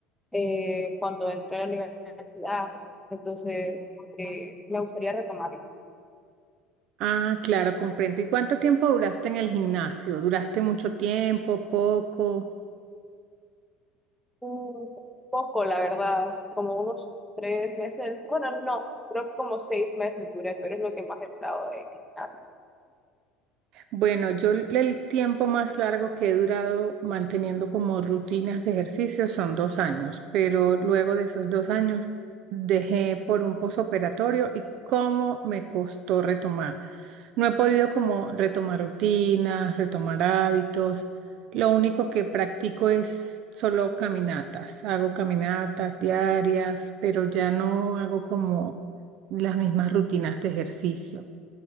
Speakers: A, in the centre; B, on the right.
A: eh, cuando entré a la universidad. Entonces, eh, me gustaría retomarlo.
B: Ah, claro, comprendo. ¿Y cuánto tiempo duraste en el gimnasio? ¿Duraste mucho tiempo, poco?
A: Mm, Poco, la verdad, como unos tres meses, bueno, no, creo que como seis meses duré, pero es lo que más he durado de gimnasio.
B: Bueno, yo l- el tiempo más largo que he durado manteniendo como rutinas de ejercicio son dos años, pero luego de esos dos años dejé por un posoperatorio y cómo me costó retomar. No he podido como retomar rutinas, retomar hábitos. Lo único que practico es solo caminatas. Hago caminatas diarias, pero ya no hago como las mismas rutinas de ejercicio.